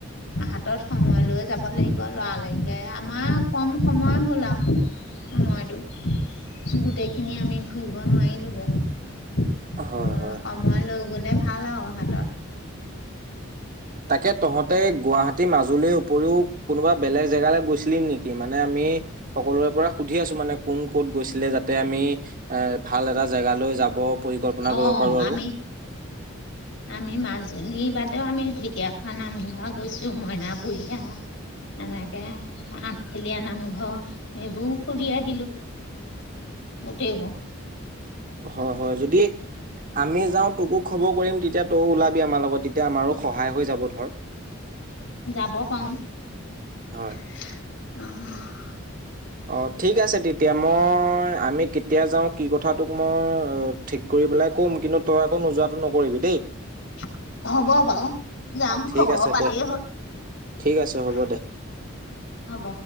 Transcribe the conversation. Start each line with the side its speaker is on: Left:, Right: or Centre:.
Left: হাতত সময় লৈ যাব লাগিব, লৰালৰিকে আমাৰ কম সময় হ'ল আৰু সময়তো, গোটেইখিনি আমি ঘুৰিব নোৱাৰিলোগে। <unintelligible>
Right: হয় হয়
Left: সময় লৈ গলে ভাল আৰু হাতত।
Right: তাকে তহঁতে গুৱাহাটী, মাজুলীৰ উপৰিও কোনোবা বেলেগ জেগালে গৈছিলি নেকি মানে আমি সকলোৰে পৰা সুধি আছো, মানে কোন ক'ত গৈছিলে যাতে আমি এ, ভাল এটা জেগালৈ যাব, পৰিকল্পনা
Left: অঁ
Right: কৰিব পাৰো আৰু
Left: আমি আমি মাজুলীৰ বাদেও, আমি ঢেকীয়াখোৱা নামঘৰ গৈছো মইনাপুৰীয়া এনেকে, আঠখেলীয়া নামঘৰ সেইবোৰো ফুৰি আহিলোঁ। গোটেই বোৰ।
Right: হয়, হয়, যদি আমি যাওঁ, তোকো খবৰ কৰিম, তেতিয়া তইয়ো ওলাবি আমাৰ লগত, তেতিয়া আমাৰো সহায় হৈ যাব ধৰ।
Left: যাব পাৰো।
Right: হয়।
Left: অ'
Right: অ', ঠিক আছে তেতিয়া, মই আমি কেতিয়া যাওঁ কি কথা টোক মই ঠিক কৰি পেলাই কম, কিন্তু তই আকৌ নোযোৱাটো নকৰিবি দেই।
Left: <unintelligible> হ'ব বাৰু, যাম
Right: ঠিক
Left: খবৰ
Right: আছে
Left: পালেই
Right: দে
Left: হ'ল।
Right: ঠিক আছে হ'ব দে।
Left: হ'ব।